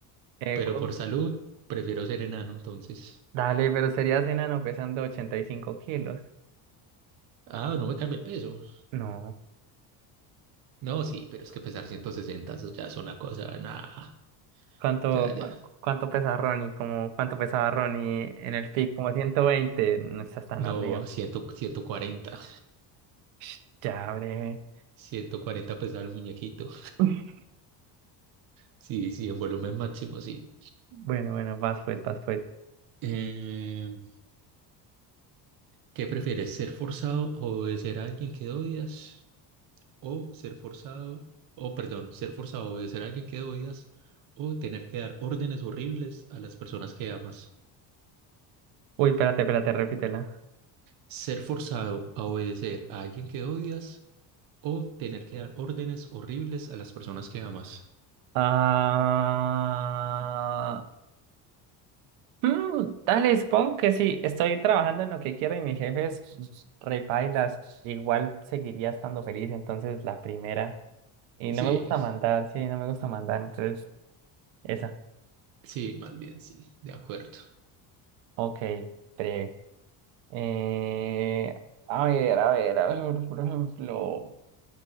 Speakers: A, on the right (about 80°); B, on the right (about 50°).
A: eh,
B: pero
A: cu-
B: por salud, prefiero ser enano entonces.
A: Dale, pero serías enano pesando 85 kilos.
B: Ah, no me cambia el peso.
A: No.
B: No, sí, pero es que pesar 160 eso ya es una cosa, nada,
A: ¿Cuánto,
B: ya, ya.
A: cu- cuánto pesa Ronnie? Como, ¿cuánto pesaba Ronnie en el pic? Como 120. No estás tan
B: No,
A: arriba.
B: 100, 140,
A: Sh, Ya, breve.
B: 140 pesaba el muñequito.
A: <laughs>
B: Sí, sí, en volumen máximo, sí.
A: Bueno, bueno, vas pues, vas pues.
B: Eh, ¿qué prefieres, ser forzado o obedecer a alguien que odias? O ser forzado, o perdón, ser forzado a obedecer a alguien que odias, o tener que dar órdenes horribles a las personas que amas.
A: Uy, espérate, espérate, repítela.
B: Ser forzado a obedecer a alguien que odias o tener que dar órdenes horribles a las personas que amas.
A: Ah. Mm, dale, supongo que sí, estoy trabajando en lo que quiero y mi jefe es repailas, igual seguiría estando feliz, entonces la primera. Y
B: Sí,
A: no me gusta mandar, sí, no me gusta mandar, entonces esa.
B: sí, más bien, sí, de acuerdo.
A: Ok, pre. Eh, a ver, a ver, a ver, por ejemplo,